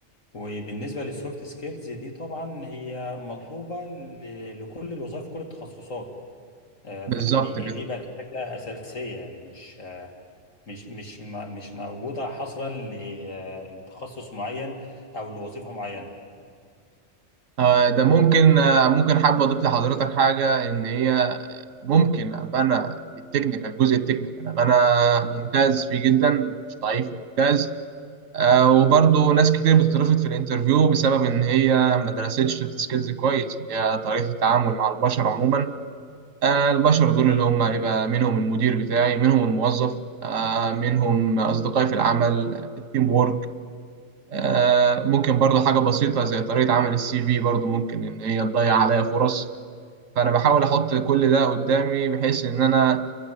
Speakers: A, on the left (about 85°); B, on the right (about 75°).
A: وبالنسبة للسوفت سكيلز دي طبعا هي مطلوبة ل- لكل الوظائف كل التخصصات آه،
B: بالظبط
A: فدي
B: كده
A: دي بقت حاجة أساسية يعني مش مش مش م- مش موجودة حصرا ل- آه، لتخصص معين أو لوظيفة معينة
B: آه، ده ممكن آه، ممكن حابب أضيف لحضرتك حاجة إن هي ممكن أبقى أنا في التكنيكال الجزء التكنيكال أبقى أنا ممتاز فيه جدا مش ضعيف ممتاز آه، وبرضه ناس كتير بتترفض في الانترفيو بسبب إن هي ما درستش سوفت سكيلز كويس اللي هي طريقة التعامل مع البشر عموما آه، البشر دول اللي هم يبقى منهم المدير بتاعي منهم الموظف آه، منهم أصدقائي في العمل التيم وورك آه، ممكن برضه حاجة بسيطة زي طريقة عمل السي في برضه ممكن إن هي تضيع عليا فرص فأنا بحاول أحط كل ده قدامي بحيث إن أنا